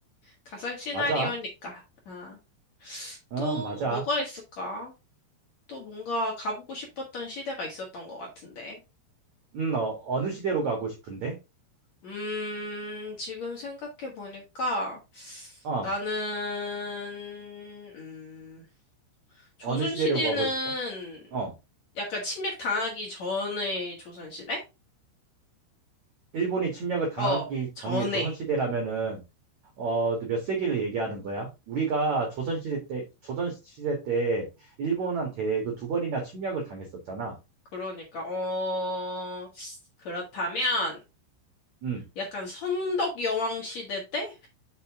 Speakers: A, on the left; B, on the right.
A: 가상 시나리오니까.
B: 맞아.
A: 아,
B: 어,
A: 또
B: 맞아.
A: 뭐가 있을까? 또 뭔가 가보고 싶었던 시대가 있었던 것 같은데.
B: 음, 어, 어느 시대로 가고 싶은데?
A: 음, 지금 생각해 보니까
B: 어,
A: 나는, 음, 조선
B: 어느 시대로
A: 시대는
B: 가고 싶어? 어,
A: 약간 침략 당하기 전의 조선 시대?
B: 일본이 침략을 당하기
A: 어, 전에.
B: 전이 조선시대라면은, 어, 너몇 세기를 얘기하는 거야? 우리가 조선시대 때, 조선시대 때 일본한테 그 두 번이나 침략을 당했었잖아.
A: 그러니까, 어, 그렇다면
B: 음.
A: 약간 선덕 여왕 시대 때?